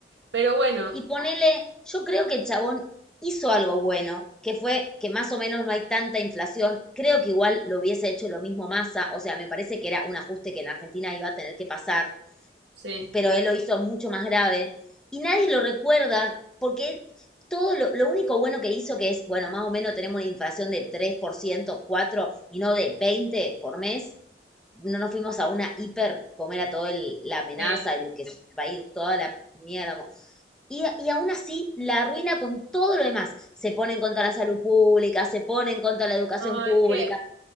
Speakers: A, on the right (about 90°); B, in the centre.
A: Pero bueno,
B: Y ponele, yo creo que el chabón hizo algo bueno, que fue que más o menos no hay tanta inflación. Creo que igual lo hubiese hecho lo mismo Massa, o sea, me parece que era un ajuste que en Argentina iba a tener que pasar
A: sí,
B: pero él lo hizo mucho más grave. Y nadie lo recuerda porque todo lo, lo único bueno que hizo, que es, bueno, más o menos tenemos una inflación de 3%, 4% y no de veinte por ciento por mes, no nos fuimos a una hiper, comer a toda la amenaza,
A: sí.
B: el que se va a ir toda la mierda. Y, y, aún así la arruina con todo lo demás. Se pone en contra de la salud pública, se pone en contra de la educación
A: No,
B: pública,
A: es que,